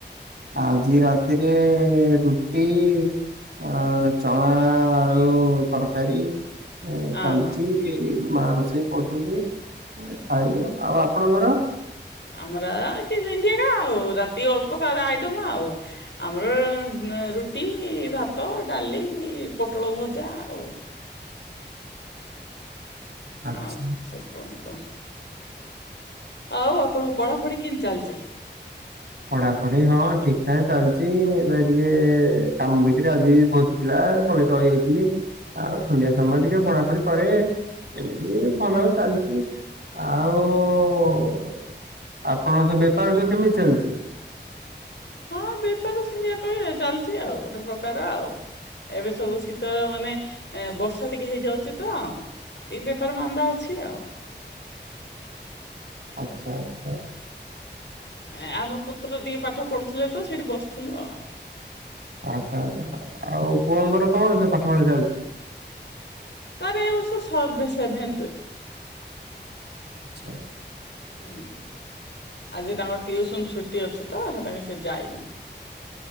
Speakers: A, on the right (about 65°); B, on the left (about 70°).
A: ଆଜି ରାତିରେ ରୁଟି। ଅ ଚଣା ଆଳୁ ତରକାରୀ। ଏ
B: ହଁ
A: ଚାଲିଛି
B: ହଁ
A: ମା ରୋଷେଇ କରୁଛନ୍ତି ଖାଇବୁ। ଆଉ ଆପଣଙ୍କର।
B: ଆମର କି ସେମିତି ଏକା ଆଉ ରାତି ଅଳ୍ପ କାର ଆଇଟମ ଆଉ। ଆମର ର ରୁଟି, ଭାତ, ଡାଲି, ପୋଟଳ ଭଜା ଆଉ।
A: ଆଚ୍ଛା
B: ଆଉ ସାର୍ କୁହନ୍ତୁ ଆଉ ଆପଣଙ୍କ ପଢାପଢି। କିଁତି ଚାଲିଛି?
A: ପଢାପଢି ହଁ ଠିକଠାକ୍ ଚାଲିଛି ଏବେ ଟିକେ କାମ ଭିତରେ ଆଜି ଭୋଜିଥିଲା। ପଳେଇ ରହି ଯାଇଥିଲି ଆଉ ସନ୍ଧ୍ୟା ସମୟରେ ଟିକେ ପଢାପଢି କରେ। ଏମିତି ବି ଭଲ ଚାଲିଛି ଆଉ ଉ। ଆପଣଙ୍କ ସବୁ ବେପାର ସବୁ କେମିତି ଚାଲିଚି।
B: ହଁ ବେପାର ସିଇଁତି ଏକା ବେଳେ ଚାଲିଚି ଆଉ ଗୋଟେ ପ୍ରକାର ଆଉ। ଏବେ ସବୁ ଶୀତଳ ମାନେ ବର୍ଷା ଟିକେ ହେଇଯାଉଚି ତ। ଏଇ ବେପାର ମାନ୍ଦା ଅଛି ଆଉ।
A: ଆଚ୍ଛା ଆଚ୍ଛା।
B: ଏ ଆମ ପୁତ୍ର ଟିକେ ପାଠ ପଢୁଥିଲେ ତ ସେଇଠି ବସିଥିଲୁ ଆଉ।
A: ଆଛା ଆଚ୍ଛା ଆଉ ପୁଅଙ୍କର କଣ ସବୁ ପାଠପଢା ଚାଲିଚି?
B: ତାର ଏ ବର୍ଷ ସଭେ- ସେଭେନ୍ଥ।
A: ଆଚ୍ଛା ଆଚ୍ଛା।
B: ହୁଁ ଆଜି ତାଙ୍କ ଟିଉସନ୍ ଛୁଟି ଅଛି ତ ହେଥିପାଇଁ ସେ ଯାଇନି।